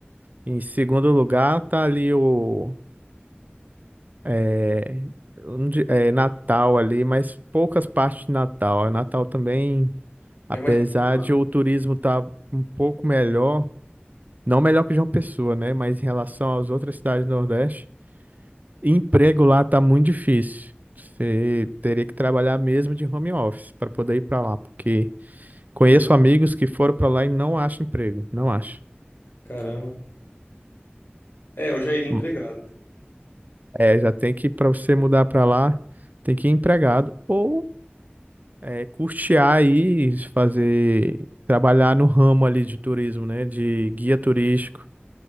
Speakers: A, on the right; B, on the left.
A: Em segundo lugar, tá ali o é, onde- é, Natal ali, mas poucas partes de Natal. Natal também, apesar
B: É mais perigoso.
A: de o turismo tá um pouco melhor, Não melhor que João Pessoa, né? Mas em relação às outras cidades do Nordeste, emprego lá tá muito difícil. Você teria que trabalhar mesmo de home office para poder ir para lá, porque conheço
B: Entendi.
A: amigos que foram para lá e não acham emprego, não acham.
B: Caramba. É, eu já iria empregado.
A: Hum, É, já tem que, para você mudar para lá, tem que ir empregado ou é, custear aí, fazer, trabalhar no ramo ali de turismo, né? De guia turístico.